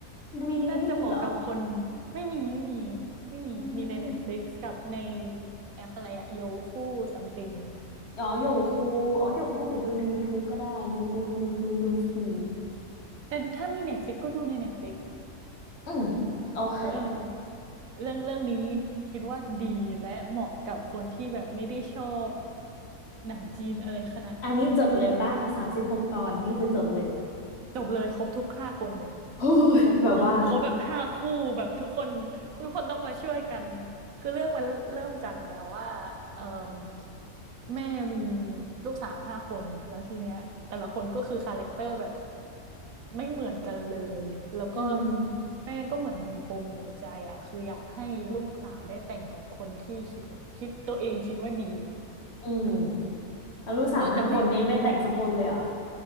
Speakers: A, on the left; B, on the right.
A: วีทีวีไม่มีเหรอ
B: น่าจะเหมาะกับคนไม่มีไม่มีไม่มีมีใน
A: อืม
B: Netflix กับในแอปอะไรอะโยคู e ซัมติง
A: อ๋อโยคูอ๋อโยคูเดี๋ยวดูใน YouTube ก็ได้ YouTube YouTube ดูฟรี
B: แต่ถ้ามี Netflix ก็ดูใน Netflix
A: อืมโอเค
B: เออ เรื่องเรื่องนี้คิดว่าดีและเหมาะกับคนที่แบบไม่ได้ชอบหนังจีนอะไรขนาดนั้นน่ะคือมัน
A: อันนี้จบเลยปะสามสิบหกตอนนี่คือจบเลย
B: จบเลยครบทุกห้าคนเลย
A: โอ้ยแบบว่า
B: ครบครบครบแบบห้าคู่แบบทุกคนทุกคนต้องมาช่วยกันคือเรื่องมันเริ่มจากแบบว่าเอ่อแม่มีลูกสาวห้าคนแล้วทีเนี้ยแต่ละคนก็คือคาแรคเตอร์แบบไม่เหมือนกันเลยแล้วก็
A: อืม
B: แม่ก็เหมือนมีปมในใจอ่ะคืออยากให้ลูกสาวได้แต่งกับคนที่คิดว่าคิดตัวเองคิดว่าดี
A: อืม
B: เออ
A: แล้วลูกสาวห้าคนนี้ไม่แต่งสักคนเลยเหรอ
B: เออแต่แม่